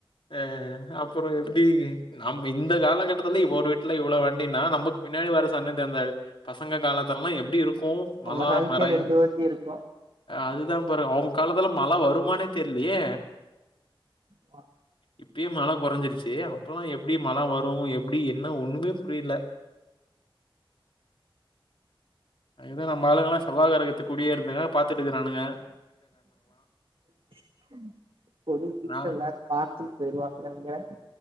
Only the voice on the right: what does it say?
ஒரு ஆளுக்கே
ரெண்டு வண்டி இருக்கு
மா
<inaudible> கூடிய சீக்ரோ
ஏதாது பாத் <unintelligible>